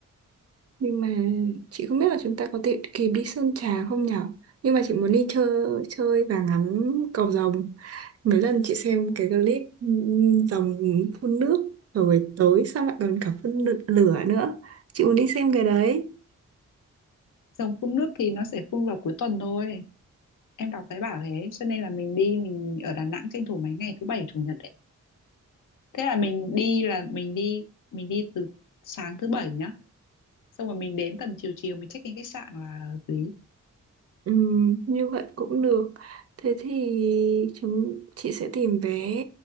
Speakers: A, on the right (about 50°); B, on the left (about 70°).
A: nhưng mà chị không biết là chúng ta có thể kịp đi Sơn Trà không nhở? Nhưng mà chị muốn đi chơi chơi và ngắm cầu rồng. Mấy lần chị xem cái clip ừ, rồng phun nước rồi tới xong lại còn cả phun lửa nữa. Chị muốn đi xem cái đấy.
B: dòng phun nước thì nó sẽ phun vào cuối tuần thôi em đọc thấy bảo thế cho nên là mình đi mình ở Đà Nẵng tranh thủ mấy ngày thứ bảy chủ nhật đấy thế là mình đi là mình đi mình đi từ sáng thứ bảy nhá xong rồi mình đến tầm chiều chiều mình check in khách sạn là hợp lý
A: Ừ, như vậy cũng được. Thế thì chúng chị sẽ tìm vé